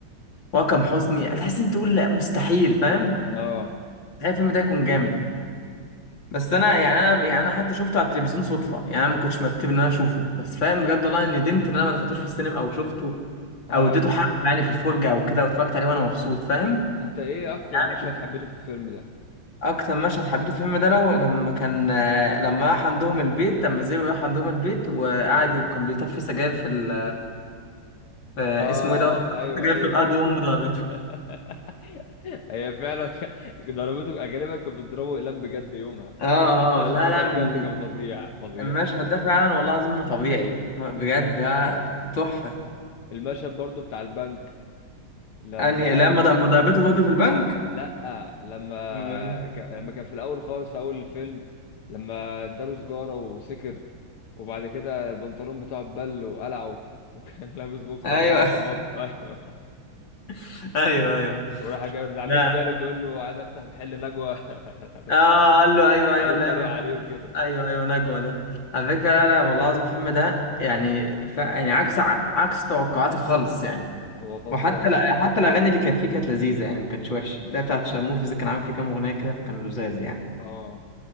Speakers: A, on the left (about 60°); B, on the left (about 80°).
A: واكرم حسني هتحس انت تقول لا مستحيل فاهم
B: اه,
A: مستحيل الفيلم ده يكون جامد بس انا يعني انا يعني انا حتى شفته على التلفزيون صدفه يعني انا ما كنتش مرتب ان انا اشوفه بس فاهم بجد والله إني ندمت ان انا ما دخلتوش في السينما او شفته
B: آه.
A: او اديته حقه يعني في الفرجه او كده واتفرجت عليه وانا مبسوط فاهم
B: انت ايه اكتر
A: يعني
B: مشهد حبيته في الفيلم ده
A: اكتر مشهد حبيته في الفيلم ده لو لما كان آه، لما راح عندهم البيت لما زيرو راح عندهم البيت وقعد وكان بيطفي سجاير في, ال... في
B: اه
A: اسمه ايه دوت
B: ايوه
A: سجاير
B: ايوه
A: في الارض
B: ايوه
A: وامه ضربته
B: <laughs> هي فعلا ك- ضربته غالبا كانت بتضربه اقلام بجد يومها
A: اه
B: المشهد
A: اه لا لا
B: ده بجد
A: من
B: كان فظيع فظيع
A: المشهد ده فعلا والله العظيم ما طبيعي بجد ده تحفة
B: المشهد برضو بتاع البنك لما
A: يعني لما ض- ما ضربته برضه في البنك
B: لا لما
A: أمال
B: ك- لما كان في الاول خالص في اول الفيلم لما اداله سجارة وسكر وبعد كده البنطلون بتاعه اتبل وقلعه وكان <laughs> لابس بوكسر
A: إيه؟ ايوه
B: سبونج بوب <laughs> ايوه
A: <laughs> ايوه ايوه
B: وراح جاي ده عميل
A: لا
B: جاله بيقول له عايز افتح محل نجوى <laughs>
A: اه قال له ايوه
B: وقعد
A: ايوه
B: يتريق
A: لا
B: عليه وكده
A: ايوه ايوه نجوى ده على فكرة لا لا والله العظيم الفيلم ده يعني ف... يعني عكس ع- عكس توقعاتي خالص يعني
B: هو فظيع
A: وحتى
B: بصراحة
A: لا حتى الاغاني اللي كانت فيه كانت لذيذة يعني ما كانتش وحشة اللي هي بتاعت شارموفرز كان عامل فيه كام اغنية كده فكان لذاذ يعني
B: اه